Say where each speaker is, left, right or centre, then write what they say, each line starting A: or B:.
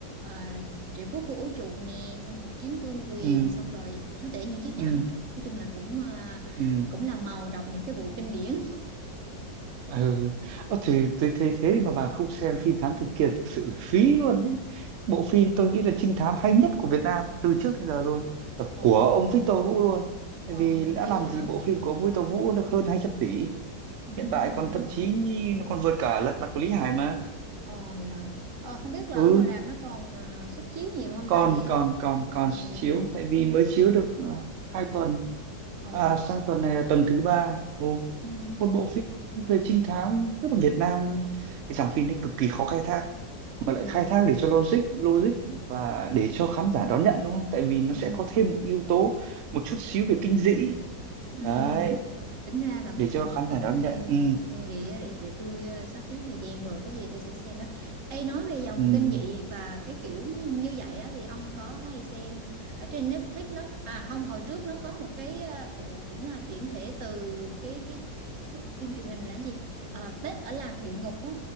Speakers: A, on the right; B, on the right.
A: uh, Triệu Phú Khu Ố Chuột nè xong Cuộc Chiến Vương Quyền
B: ừ
A: xong rồi Chúa Tể Những Chiếc Nhẫn
B: ừ
A: nói chung là cũng ờ,
B: ừ
A: cũng là màu đọc những cái bộ kinh điển
B: ừ Ơ thì tôi thấy thế mà bà không xem phim thám tử Kiên thực sự là phí luôn ấy. bộ phim tôi nghĩ là trinh thám hay nhất của Việt Nam từ trước đến giờ luôn và
A: ồ
B: của ông Victor Vũ luôn
A: ồ
B: tại vì đã
A: ghê
B: làm
A: vậy
B: gì
A: hả
B: bộ phim của ông Victor Vũ được hơn hai trăm tỷ
A: Ừ.
B: hiện tại còn thậm chí nhi- nó còn vượt cả Lật Mặt của Lý Hải mà
A: Ồ vậy hả? Ờ, không biết là
B: ừ
A: ở ngoài rạp nó còn ờ, suất chiếu nhiều không
B: còn
A: ta để
B: còn còn còn
A: ờ
B: chiếu
A: vậy hả?
B: tại vì mới chiếu được à, hai tuần
A: Ồ.
B: à, sang tuần này là tuần thứ ba Ồ,
A: Ừ.
B: một bộ phim về trinh thám tức là Việt Nam cái dòng phim đấy cực kỳ khó khai thác mà lại
A: Ừ.
B: khai thác để cho logic logic và để cho khán giả đón nhận đúng không tại vì nó
A: Ừ.
B: sẽ có thêm một yếu tố một chút xíu về kinh dị
A: Ừm,
B: đấy
A: tính ra là
B: để
A: cũng
B: cho
A: o-
B: khán
A: ok
B: giả đón nhận ừ,
A: ok để để để tôi ờ, sắp xếp thời gian rồi cái gì tôi sẽ xem đó. Ê nói về dòng
B: ừ.
A: kinh dị và cái kiểu như vậy á thì ông có hay xem ở trên Netflix nó à không hồi trước nó có một cái ờ, bộ cũng là chuyển thể từ cái cái cái phim truyền hình là cái gì? Ờ, Tết ở làng địa ngục á.